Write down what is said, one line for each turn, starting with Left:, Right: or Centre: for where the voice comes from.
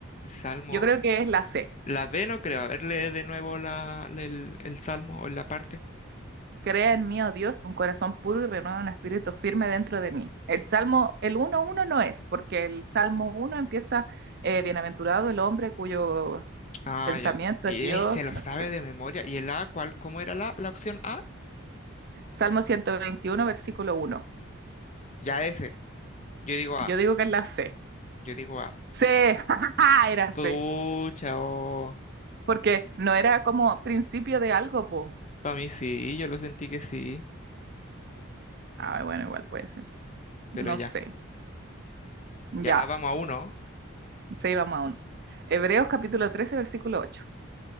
Left: Salmo.
Right: Yo creo que es la C.
Left: La B no creo. A ver, lee de nuevo la, el, el salmo o la parte.
Right: Crea en mí, oh Dios, un corazón puro y renueva un espíritu firme dentro de mí. El Salmo, el uno uno no es, porque el Salmo uno empieza, eh, bienaventurado el hombre cuyo
Left: Ah,
Right: pensamiento
Left: ya. Y
Right: es Dios
Left: él se lo
Right: y no
Left: sabe
Right: sé qué.
Left: de memoria. ¿Y el A cuál? ¿Cómo era la, la opción A?
Right: Salmo 121 versículo uno.
Left: Ya ese. Yo digo A.
Right: Yo digo que es la C.
Left: Yo digo A.
Right: C, <laughs> jajaja, era
Left: Pucha,
Right: C.
Left: oh.
Right: Porque no era como principio de algo, po.
Left: Para mí sí, yo lo sentí que sí.
Right: Ah, bueno, igual puede ser.
Left: Pero
Right: No
Left: ya.
Right: sé.
Left: Ya
Right: Ya,
Left: vamos a uno.
Right: sí, vamos a uno. Hebreos capítulo 13 versículo 8.